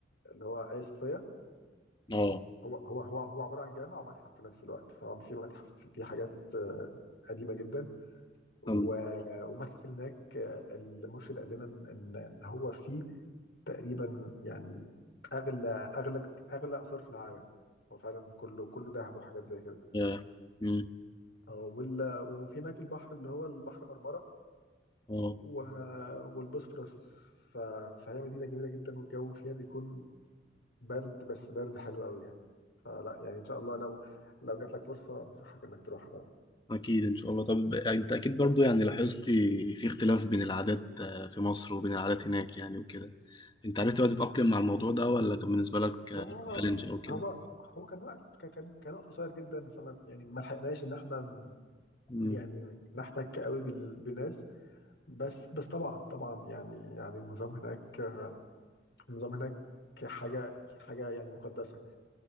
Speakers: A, on the left (about 80°); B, on the left (about 25°).
A: اللي هو آية صوفيا
B: اه اه
A: هو هو هو هو عبارة عن جامع ومتحف في نفس الوقت فهو في متحف في حاجات آه، قديمة جدا و-
B: حلو.
A: ومتحف اللي هناك آه، المرشد قال لنا ان ان إن هو فيه تقريبا يعني اغلى اغلى اغلى اثار في العالم هو فعلا كله كله ذهب وحاجات زي كده
B: آه. امم
A: اه وال- وفي هناك البحر اللي هو البحر مرمرة
B: اه
A: و... والبوسفورس ف... فهي مدينة جميلة جدا والجو فيها بيكون برد بس برد حلو قوي يعني فلا يعني إن شاء الله لو لو جات لك فرصة أنصحك إنك تروحها طبعا
B: أكيد إن شاء الله طب أنت أكيد برضو يعني لاحظت في اختلاف بين العادات آه، في مصر وبين العادات هناك يعني وكده أنت عرفت بقى تتأقلم مع الموضوع ده ولا كان بالنسبة لك
A: هو
B: تشالنج أو كده؟
A: هو هو كان وقت كان كان كان وقت قصير جدا فما يعني ما لحقناش إن إحنا ن-
B: أمم.
A: يعني نحتك قوي بال... بالناس بس بس طبعا طبعا يعني يعني النظام هناك النظام هناك حاجة حاجة يعني مقدسة